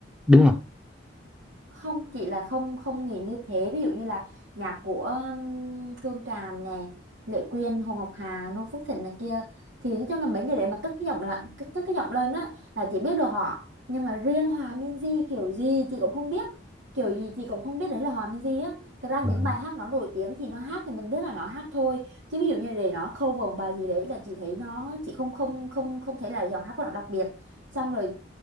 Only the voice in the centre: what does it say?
đúng không
Dạ.